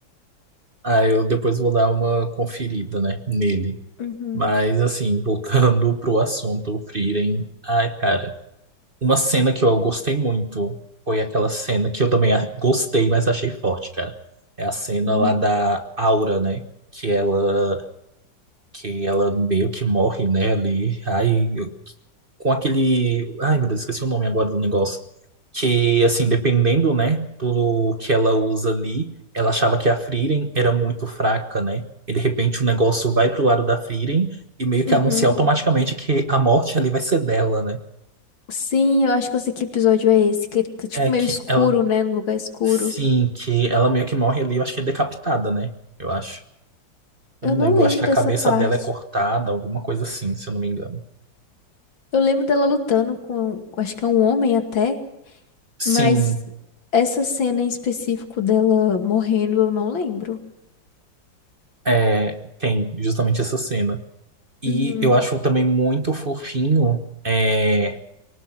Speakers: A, on the right; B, on the left.
A: Ah, eu depois vou dar uma conferida, né? Nele.
B: Uhum.
A: Mas, assim, voltando <laughs> pro assunto, o Frieren. Ai, cara. Uma cena que eu gostei muito foi aquela cena que eu também a- gostei, mas achei forte, cara. É a cena
B: Uhum.
A: lá da Aura, né? Que ela, que ela meio que morre, né? Ali, aí eu- com aquele, ai meu Deus, esqueci o nome agora do negócio. Que assim, dependendo, né, do que ela usa ali, ela achava que a Frieren era muito fraca, né? E de repente o negócio vai pro lado da Frieren e meio
B: Uhum.
A: que anuncia automaticamente que a morte ali vai ser dela, né?
B: Sim, eu acho que eu sei que episódio é esse, que ele tá tipo
A: É
B: meio
A: que
B: escuro,
A: ela
B: né? No lugar escuro.
A: Sim, que ela meio que morre ali, eu acho que é decapitada, né? Eu acho. Eu
B: Eu
A: não
B: não
A: lembro,
B: lembro
A: eu acho que
B: dessa
A: a cabeça
B: parte.
A: dela é cortada, alguma coisa assim, se eu não me engano.
B: Eu lembro dela lutando com, acho que é um homem até, mas
A: Sim,
B: essa cena em específico dela morrendo, eu não lembro.
A: é, tem justamente essa cena. E
B: Uhum.
A: eu acho também muito fofinho é,